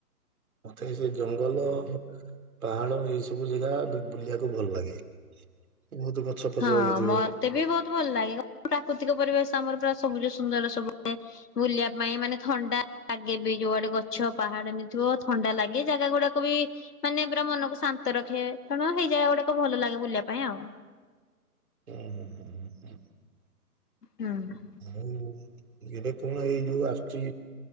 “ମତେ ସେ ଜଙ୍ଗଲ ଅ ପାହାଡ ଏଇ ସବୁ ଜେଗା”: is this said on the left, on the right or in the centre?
Right